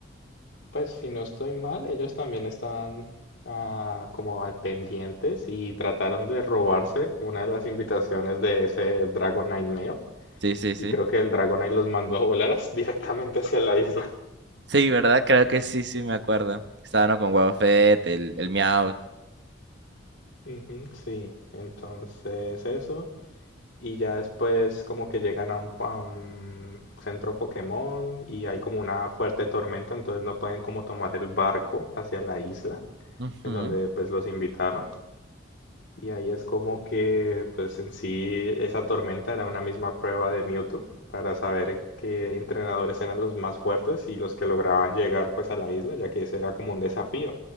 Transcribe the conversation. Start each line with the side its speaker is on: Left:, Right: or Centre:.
Left: pues si no estoy mal, ellos también están ah, como al pendientes y trataron de robarse una de las invitaciones de ese Dragonite Neo.
Right: Sí, sí, sí.
Left: Y creo que el Dragonite los mandó a volar <laughs> as- directamente hacia la isla.
Right: Sí, ¿verdad? Creo que sí, sí, me acuerdo. Estaba, ¿no? Con Wobbuffet, el, el Meowth.
Left: Ujú, sí, entonces eso. Y ya después como que llegan a un, a un centro Pokémon y hay como una fuerte tormenta, entonces no pueden como tomar el barco hacia la isla
Right: Ujú,
Left: en donde pues los invitaron. Y ahí es como que, pues en sí, esa tormenta era una misma prueba de Mewtwo para saber qué entrenadores eran los más fuertes y los que lograban llegar pues a la isla, ya que ese era como un desafío.